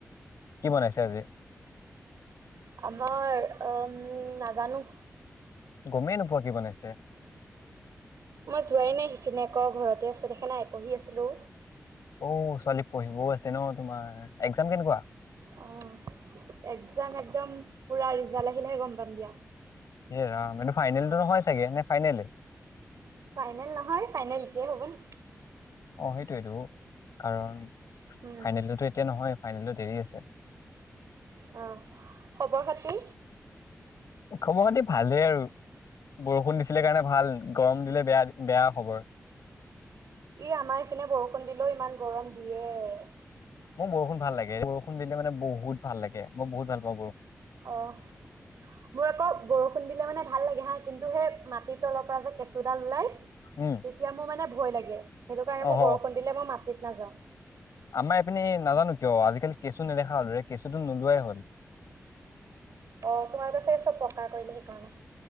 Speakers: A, on the left; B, on the right.
A: কি বনাইছে আজি?
B: আমাৰ, আ- উ নাজানো।
A: গমেই নোপোৱা কি বনাইছে।
B: মই যোৱাই নাই। সেইখিনি আকৌ, ঘৰতে আছো। সেইখে এই পঢ়ি আছিলো।
A: অ ছোৱালী। পঢ়িবও আছে ন তোমাৰ। এক্জাম কেনেকুৱা।
B: অ' একজাম একদম পুৰা, ৰিজাল্ট আহিলেহে গম পাম দিয়া।
A: ইয়ে ৰাম, এইটো ফাইনেলতটো নহয় চাগে। নে, ফাইনেল।
B: ফাইনেল নহয়। ফাইনেল এতিয়াই হ'ব নেকি!
A: অ সেইটোেইটো। কাৰণ।
B: উম
A: ফাইনেলতো এতিয়া নহয়। ফাইনেলটো দেৰি আছে।
B: অ' খবৰ খাতি
A: খবৰ খাতি ভালেই আৰু। বৰষুণ দিছিলে কাৰণে ভাল। গৰম দিলে বেয়া, বেয়া খবৰ।
B: ই আমাৰ নিছিনা বৰষুণ দিলেও ইমান গৰম দিয়ে।
A: মোৰ বৰষুণ ভাল লাগে। বৰষুণ দিলে মানে বহুত ভাল লাগে। মই বহুত ভাল পাওঁ বৰষুণ।
B: অ' মোৰ আকৌ বৰষুণ দিলে মানে ভাল লাগে হা কিন্তু সেই মাটিৰ তলৰ পৰা যে কেচু। চো ডাল ওলাই। তেতিয়া
A: উম
B: মোৰ মানে, ভয় লাগে। সেইটো কাৰণে
A: অহ
B: মই বৰষুণ দিলে মই মাটিত নাযাওঁ।
A: আমাৰ এইপিনে নাজানো কিয় আজিকালি কেঁচু নেদেখা হ'লৰে। কেঁচুটো নোলোৱাই হ'ল।
B: অ তোমাৰ পাছে চব পকা কৰিলে, সেইকাৰণে।